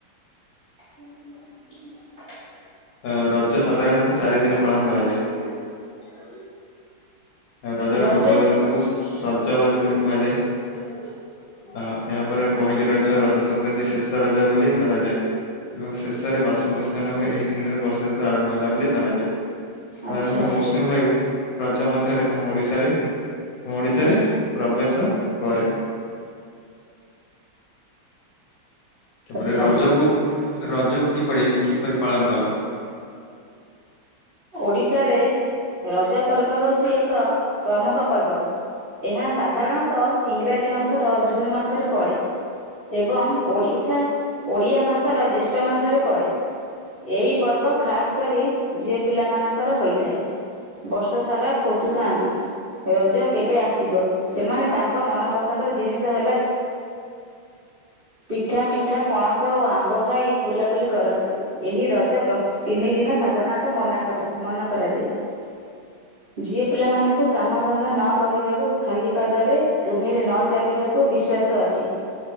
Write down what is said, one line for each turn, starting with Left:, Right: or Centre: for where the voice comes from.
Right: ସେ
Left: ଅଁ ରଜ ସାଧାରଣତଃ ଚାରି ଦିନ ପାଳନ କରାଯାଏ। ରଜାର
Right: ରଜ
Left: ପୂର୍ବ ଦିନକୁ ସଜବାଜ ବୋଲି କୁହାଯାଏ। ଅ ଏହାପରେ ପହିଲି ରଜ, ରଜ ସଂକ୍ରାନ୍ତି ଶେଷ ରଜ ବୋଲି ଧରାଯାଏ। ଏବଂ ଶେଷରେ ବାସୁମତୀ ସ୍ନାନ ହୁଏ ଏହି ଦିନ ଏବେ ବର୍ଷା ଋତୁ ଆରମ୍ଭ ହେଲା ବୋଲି ଧରାଯାଏ, ସାଧାରଣତଃ
Right: ଆଚ୍ଛା
Left: ମସ୍ ଲ ବାୟୁ ରଜ ମଧ୍ୟରେ ଆମ ଓଡିଶାରେ ଆମ ଓଡିଶାରେ ପ୍ରବେଶ କରେ। ତାପରେ
Right: ଆଚ୍ଛା
Left: ରଜକୁ ରଜ କିପରି କିପରି ପାଳନ କଲ?
Right: ଓଡ଼ିଶାରେ ରଜ ପର୍ବ ହୋଉଛି ଏକ ପ୍ରମୁଖ ପର୍ବ। ଏହା ସାଧାରଣତଃ ଇଂରାଜୀ ମାସର ଜୁନ୍ ମାସରେ ପଡ଼େ। ଏବଂ ଓଡ଼ିଶା ଓଡ଼ିଆ ମାସର ଜ୍ୟେଷ୍ଠ ମାସରେ ପଡ଼େ। ଏହି ପର୍ବ ଖାସ୍ କରି ଝିଅ ପିଲା ମାନଙ୍କର ହୋଇଥାଏ। ବର୍ଷ ସାରା ଖୋଜୁଥାନ୍ତି। ରଜ କେବେ ଆସିବ ସେମାନେ ତାଙ୍କ ମନ ପସନ୍ଦର ଜିନିଷ ହେଲା ପିଠା ମିଠା ପଣସ ଓ ଆମ୍ବ। ଖାଇ ବୁଲାବୁଲି କରନ୍ତି ଏହି ରଜ ତିନି ଦିନ ସାଧାରଣ ତ ମନା କର ମନା କରାଯାଏ ଝିଅ ପିଲା ମାନଙ୍କୁ କାମଧନ୍ଦା ନ କରିବାକୁ ଖାଲି ପାଦରେ ଭୂମିରେ ନ ଚାଲିବାକୁ ବିଶ୍ଵାସ ଅଛି।